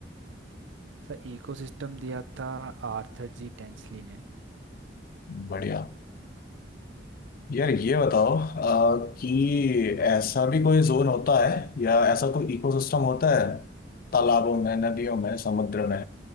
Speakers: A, on the right; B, on the left.
A: सर इकोसिस्टम दिया था आर्थर जी टेंसली ने
B: बढ़िया यार ये बताओ अ, कि ऐसा भी कोई जोन होता है या ऐसा कोई इकोसिस्टम होता है तालाबों में नदियों में समुद्र में